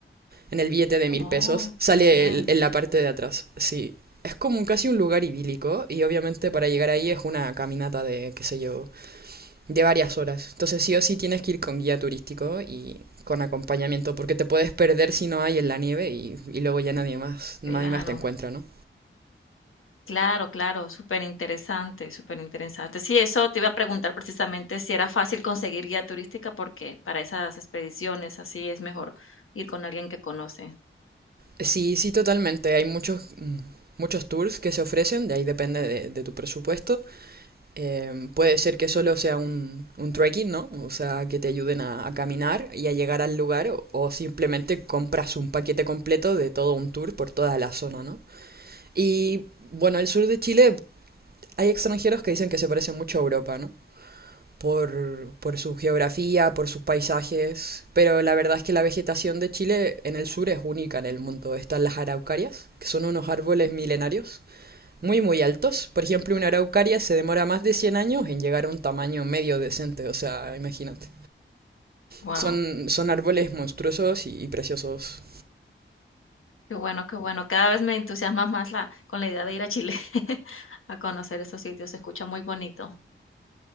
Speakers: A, on the right; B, on the left.
A: en el billete de mil
B: Oh,
A: pesos, sale
B: qué bien.
A: el- en la parte de atrás. Sí, es como un, casi un lugar idílico y obviamente para llegar ahí es una caminata de, qué sé yo, de varias horas. Entonces sí o sí tienes que ir con guía turístico y con acompañamiento porque te puedes perder si no hay en la nieve y, y luego ya nadie más, nadie
B: Claro.
A: más te encuentra, ¿no?
B: Claro, claro, súper interesante, superinteresante, interesante. Sí, eso te iba a preguntar precisamente si era fácil conseguir guía turística, porque para esas expediciones así es mejor ir con alguien que conoce.
A: Sí, sí, totalmente. Hay muchos, mm, muchos tours que se ofrecen, de ahí depende de, de tu presupuesto. Eh, puede ser que solo sea un, un trekking, ¿no? O sea, que te ayuden a, a caminar y a llegar al lugar o, o simplemente compras un paquete completo de todo un tour por toda la zona, ¿no? Y bueno, el sur de Chile hay extranjeros que dicen que se parece mucho a Europa, ¿no? Por, por su geografía, por sus paisajes, pero la verdad es que la vegetación de Chile en el sur es única en el mundo. Están las araucarias, que son unos árboles milenarios muy muy altos. Por ejemplo, una araucaria se demora más de 100 años en llegar a un tamaño medio decente, o sea, imagínate.
B: Wow,
A: Son, son árboles monstruosos y, y preciosos.
B: qué bueno, qué bueno. Cada vez me entusiasmas más la, con la idea de ir a Chile <laughs> a conocer esos sitios. Se escucha muy bonito.